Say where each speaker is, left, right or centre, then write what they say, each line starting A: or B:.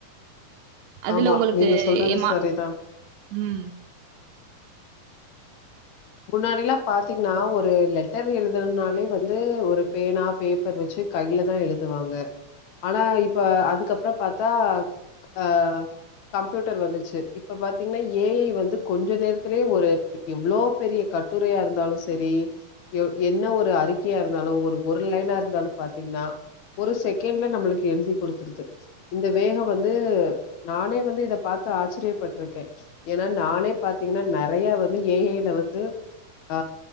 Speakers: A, on the right (about 80°); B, on the left (about 70°).
A: அதுல
B: ஆமா.
A: உங்களுக்கு
B: நீங்க சொல்றது
A: ஏமா
B: சரிதான்.
A: ம்
B: முன்னாடிலா பாத்தீங்னா ஒரு லெட்டர் எழுதனுனாலே வந்து ஒரு பேனா பேப்பர் வச்சு கையில தா எழுதுவாங்க ஆனா இப்ப அதுக்கப்பற பாத்தா ஆ கம்ப்யூட்டர் வந்துச்சு இப்ப பாத்தீங்னா ஏஐ வந்து கொஞ்ச நேரத்திலே ஒரு எவ்ளோ பெரிய கட்டுரையா இருந்தாலு சரி யோ என்ன ஒரு அறிக்கையா இருந்தாலு ஒரு ஒரு லைனா இருந்தாலு பாத்தீங்கன்னா ஒரு செகண்ட்ல நம்மளுக்கு எழுதிக் குடுத்துருது இந்த வேகோ வந்து நானே வந்து இத பாத்து ஆச்சரிய பட்ருக்கே ஏன்னா நானே பாத்தீங்கன்னா நெறைய வந்து ஏ ஐ ல வந்து ஆ